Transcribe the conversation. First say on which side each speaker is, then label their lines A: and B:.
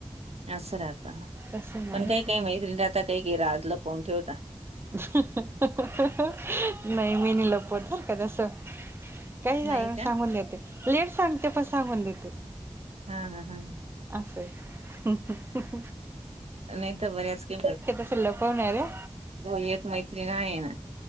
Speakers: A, on the right; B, on the right.
A: असं राहत.
B: तसं माझं
A: पण काही काही मैत्रिणी राहता काही रा लपून ठेवतात.
B: नाही मी नाई लपवत बर का तस. काही झालं
A: नाही का
B: सांगून देते, लेट सांगते पण सांगून देते.
A: हा हा हा.
B: अस आहे.
A: नाही तर बऱ्याच के,
B: तसं लपवणाऱ्या
A: हो एक मैत्रिण आहे ना.